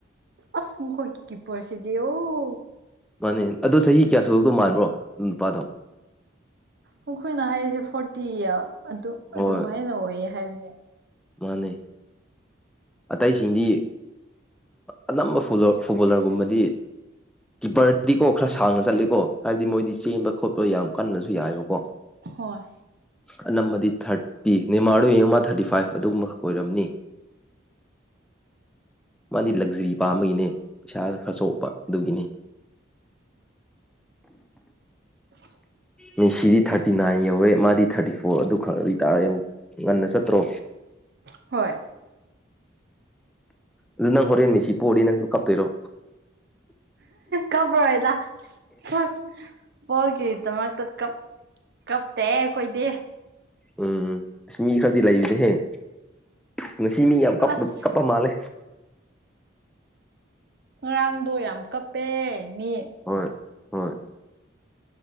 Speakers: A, on the right; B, in the centre.
A: ꯑꯁ ꯃꯈꯈꯣꯏ ꯀ ꯄꯁꯤꯗ ꯑꯣ
B: ꯃꯥꯅꯦ ꯑꯗꯣ ꯆꯍꯤ ꯀꯌꯥ ꯁꯨꯔꯛꯇꯧ ꯃꯥꯟꯕ꯭ꯔꯣ ꯑꯗꯨ ꯅꯨꯄꯥꯗꯣ
A: ꯑꯩꯈꯣꯏꯅ ꯍꯥꯏꯔꯤꯁꯦ ꯐꯣꯔꯇꯤ ꯑꯗꯨ
B: ꯍꯣꯏ
A: ꯑꯗꯨꯃꯥꯏꯅ ꯑꯣꯏꯌꯦ ꯍꯥꯏꯕꯅꯦ
B: ꯃꯥꯅꯦ ꯑꯇꯩꯁꯤꯡꯗꯤ ꯑꯅꯝꯕ ꯐꯨꯠꯕꯣꯂꯔꯒꯨꯝꯕꯗꯤ ꯀꯤꯄꯔꯗꯤꯀꯣ ꯈꯔ ꯁꯥꯡꯅ ꯆꯠꯂꯦꯀꯣ ꯍꯥꯏꯕꯗꯤ ꯃꯣꯏꯗꯤ ꯆꯦꯟꯕ ꯈꯣꯠꯄ ꯌꯥꯝ ꯀꯟꯅꯁꯨ ꯌꯥꯏꯑꯕꯀꯣ
A: ꯍꯣꯏ
B: ꯑꯅ ꯃꯗꯤ ꯊꯔꯇꯤ ꯅ ꯃꯥꯔꯑꯣ ꯏ ꯃꯥ ꯊꯔꯇꯤ ꯐꯥꯏꯚ ꯑꯗꯨꯒꯨꯝꯕꯈꯛ ꯑꯣꯏꯔꯝꯅꯤ ꯃꯥꯗꯤ ꯂꯛꯖꯔꯤ ꯄꯥꯝꯕꯒꯤꯅꯦ ꯄꯩꯁꯥ ꯈꯔ ꯆꯥꯎꯣꯛꯄ ꯑꯗꯨꯒꯤꯅꯤ
A: <inaudible>
B: ꯃꯤꯁꯤꯗꯤ ꯊꯥꯔꯇꯤ ꯅꯥꯏꯟ ꯌꯧꯔꯦ ꯃꯥꯗꯤ ꯊꯥꯔꯇꯤ ꯐꯣꯔ ꯑꯗꯨ ꯈꯪ ꯑꯗꯨꯇꯥꯥꯔꯦ ꯌꯥꯝ ꯉꯟꯅ ꯆꯠꯇ꯭ꯔꯣ
A: ꯍꯣꯏ
B: ꯑꯗꯨ ꯅꯪ ꯍꯣꯔꯦꯟ ꯃꯤꯁꯤ ꯄꯣꯛꯅꯤ ꯅꯪꯁꯨ ꯀꯥꯞꯇꯣꯏꯔꯣ
A: ꯀꯝꯕꯔꯣꯏꯗ ꯐꯨꯠꯕꯣꯜꯒꯤꯗꯃꯛꯇ ꯀꯞ ꯀꯞꯇꯦ ꯑꯩꯈꯣꯏꯗꯤ
B: ꯎꯝ ꯑꯁ ꯃꯤ ꯈꯔꯗꯤ ꯂꯩꯕꯅꯦ ꯍꯌꯦ ꯉꯁꯤ ꯃꯤ ꯌꯥꯝ ꯀ
A: ꯑꯁ
B: ꯀꯞꯄ ꯃꯥꯜꯂꯦ
A: ꯉꯔꯥꯡꯗꯣ ꯌꯥꯝ ꯀꯞꯄꯦ ꯃꯤ
B: ꯍꯣꯏ ꯍꯣꯏ